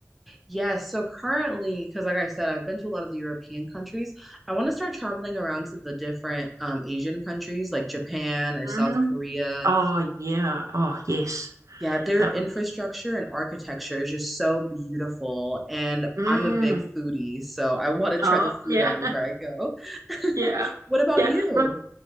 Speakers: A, in the centre; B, on the right.
A: Yes, so currently, because like I said, I've been to a lot of the European countries. I want to start traveling around to the different um, Asian countries like Japan or
B: Mm.
A: South Korea
B: Oh, yeah. Oh, yes.
A: Yeah, their
B: That
A: infrastructure
B: would.
A: and architecture is just so beautiful. And
B: Mm.
A: I'm a big foodie, so I <laughs> want to try
B: Oh,
A: the food
B: yeah,
A: everywhere I go. <laughs>
B: <laughs> yeah,
A: What about
B: yeah.
A: you?
B: Well,